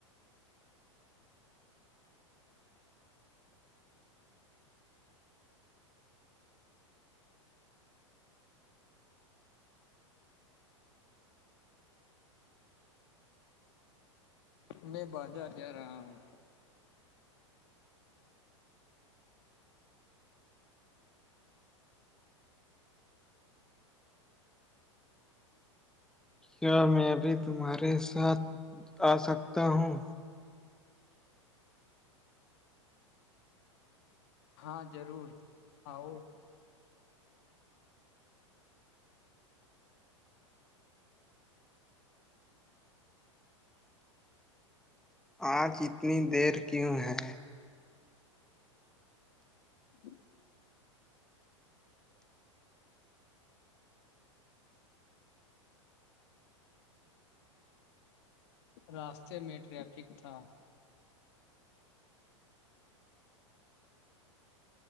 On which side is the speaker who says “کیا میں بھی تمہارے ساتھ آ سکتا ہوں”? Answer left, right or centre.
Centre